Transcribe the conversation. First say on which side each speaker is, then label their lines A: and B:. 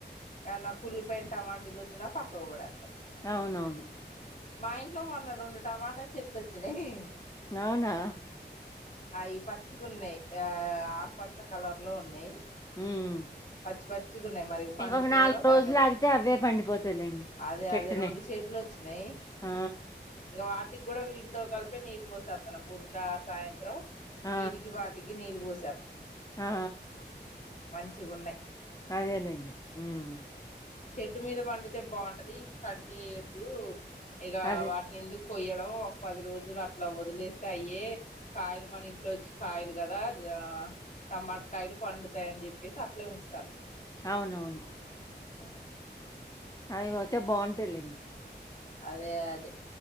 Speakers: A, on the left; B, on the left.
A: ఏన్న కుళ్లిపోయిన టమాటిలు వచ్చినా పక్కగు పడేస్తాం
B: అవునవును
A: మా ఇంట్లో మొన్న రెండు టమాటా చెట్లు వచ్చినాయి
B: అవునా
A: ఈ పచ్చిగ ఉన్నాయి ఆ ఆకుపచ్చ కలర్లో ఉన్నాయి
B: హ్మ్.
A: పచ్చి పచ్చిగున్నాయి మరి పండుతయో
B: ఇంకొక
A: లేకపోతే
B: రోజులాగితే అవే పండిపోతాయిలెండి.
A: అదే
B: చెట్టునే.
A: అదే రెండు చేట్లు వచ్చినాయి
B: ఆ
A: ఇగా వా వాటికి కూడ వీటితో కలిపే నీళ్ళు పోసేస్తను పొద్దుటా సాయంత్రం
B: ఆ!
A: వీటికి వాటికి నీళ్ళు పోస
B: ఆ
A: మంచిగున్నయ్
B: అదేలేండి మ్
A: చేట్టు మీద పండితే బాగుంటది కట్ చేయొద్దు ఇగా
B: అదే.
A: వాటిని ఎందు కొయ్యడం ఒక పది రోజులు అట్లా వదిలేస్తే అయ్యే కాయలు మన ఇంట్లో వచ్చి కాయలు కదా గా టమాటకాయలు పండుతాయని చెప్పేసి అట్లే ఉంచుతాన్న
B: అవునవును
A: ఉ
B: అవి పోతే బాగుంటది లేండి
A: అదే అదే